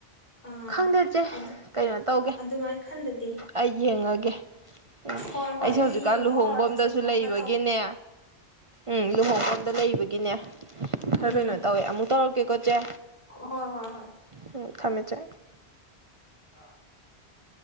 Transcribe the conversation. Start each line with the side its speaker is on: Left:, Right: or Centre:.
Left: ꯑꯥ
Right: ꯈꯪꯗꯦ ꯆꯦ
Left: ꯑꯗꯨ
Right: ꯀꯩꯅꯣ ꯇꯧꯒꯦ
Left: ꯑꯗꯨꯃꯥꯏꯅ ꯈꯟꯗꯗꯤ
Right: ꯑꯩ ꯌꯦꯡꯉꯒꯦ ꯎꯝ
Left: ꯍꯣꯏ ꯍꯣꯏ
Right: ꯑꯩꯁꯦ
Left: ꯑꯗꯨ
Right: ꯍꯧꯖꯤꯛꯀꯥꯟ
Left: ꯌꯦꯡꯉꯣ
Right: ꯂꯨꯍꯣꯡꯐꯝꯗꯁꯨ
Left: ꯑꯗꯨ ꯆꯤꯡꯊꯣꯛꯑꯒ
Right: ꯂꯩꯕꯒꯤꯅꯦ
Left: ꯇꯧ
Right: ꯎꯝ ꯂꯨꯍꯣꯡꯐꯝꯗ ꯂꯩꯕꯒꯤꯅꯦ ꯈꯔ
Left: ꯎꯝ
Right: ꯀꯩꯅꯣ ꯇꯧꯋꯦ ꯑꯃꯨꯛ ꯇꯧꯔꯛꯀꯦꯀꯣ ꯆꯦ
Left: ꯍꯣꯏ ꯍꯣꯏ ꯍꯣꯏ
Right: ꯎꯝ ꯊꯝꯃꯦ ꯆꯦ
Left: <unintelligible>